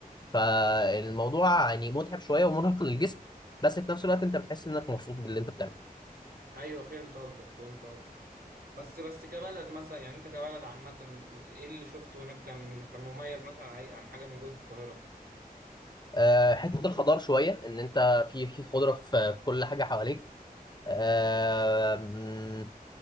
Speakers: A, on the left; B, on the right.
A: فالموضوع يعني متعب شويه ومرهق للجسم بس في نفس الوقت انت بتحس انك مبسوط باللي انت بتعمله
B: ايوه فهمت قصدك فهمت قصدك بس بس كبلد مثلا يعني انت كبلد عامه ايه اللي شفته هناك كان كان مميز مثلا عن عن حاجه موجوده في القاهره
A: آه، حتة الخضار شوية إن أنت في في خضرة في في كل حاجة حواليك آه، مم،